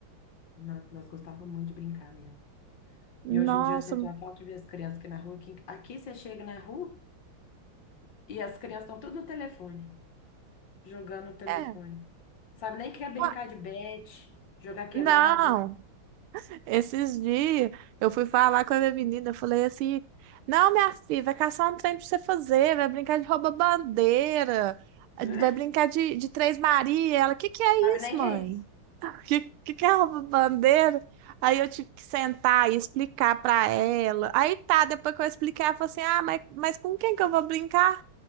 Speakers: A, on the left (about 60°); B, on the right (about 80°).
A: Nós, nós gostávamos muito de brincar mesmo.
B: Nossa,
A: E hoje em dia eu sinto uma falta de ver as crianças aqui na rua. Aqui, aqui você chega na rua e as crianças estão tudo no telefone, jogando no telefone.
B: é.
A: Sabe nem que é brincar
B: ué,
A: de bete, jogar queimada.
B: Não, esses dias eu fui falar com a minha menina, eu falei assim: não, minha filha, vai caçar um trem pra você fazer, vai brincar de rouba-bandeira,
A: <laughs>
B: vai brincar de, de Três Maria. Ela, o que que é
A: Sabe
B: isso,
A: nem
B: mãe?
A: que é isso.
B: <laughs> que, que que é rouba-bandeira? Aí eu tive que sentar e explicar pra ela. Aí tá, depois que eu expliquei, ela falou assim: ah, mas, mas com quem que eu vou brincar?